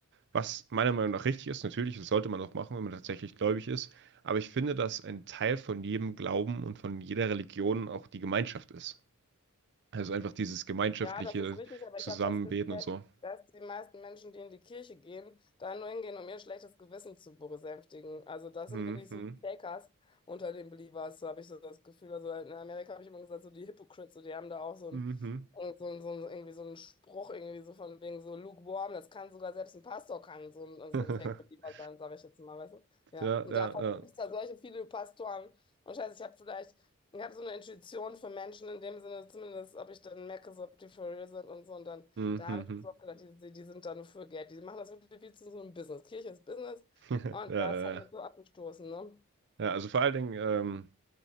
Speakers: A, on the right (about 55°); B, on the left (about 20°).
A: Was meiner Meinung nach richtig ist, natürlich, das sollte man auch machen, wenn man tatsächlich gläubig ist. Aber ich finde, dass ein Teil von jedem Glauben und von jeder Religion auch die Gemeinschaft ist. Also einfach dieses gemeinschaftliche
B: Ja, das ist richtig, aber
A: Zusammenbeten
B: ich habe festgestellt,
A: und so.
B: dass die meisten Menschen, die in die Kirche gehen, da nur hingehen, um ihr schlechtes Gewissen zu besänftigen. Also das
A: Mhm.
B: sind wirklich so die Fakers unter den Believers, so habe ich so das Gefühl. Also in Amerika habe ich immer gesagt, so die Hypocrites, so die haben da auch so
A: Mhm.
B: ein, so ein, so ein, irgendwie so einen Spruch, irgendwie so von wegen so lukewarm, das kann sogar selbst ein Pastor kann so ein,
A: <laughs>
B: so ein Fake-Believer sein, sage ich jetzt mal, weißt du? Ja,
A: Ja,
B: und
A: ja,
B: da gibt
A: ja.
B: es da solche viele Pastoren. Und scheiße, ich habe vielleicht ich habe so eine Intuition für Menschen in dem Sinne, zumindest, ob ich dann merke, so, ob die for real sind und so. Und dann,
A: Mhm.
B: da habe ich mir so auch gedacht, die, die die sind da nur für Geld. Die machen das wirklich viel zu so einem Business. Kirche ist Business.
A: <laughs>
B: Und
A: Ja,
B: das
A: ja,
B: hat
A: ja.
B: mich so abgestoßen, ne?
A: Ja, also vor allen Dingen, ähm,